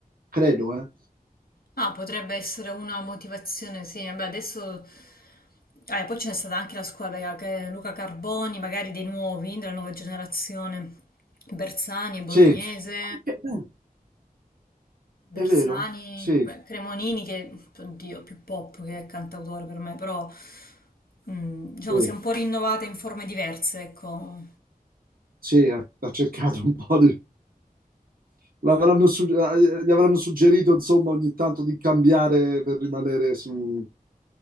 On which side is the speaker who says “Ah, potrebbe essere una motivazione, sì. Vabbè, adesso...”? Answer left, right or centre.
Left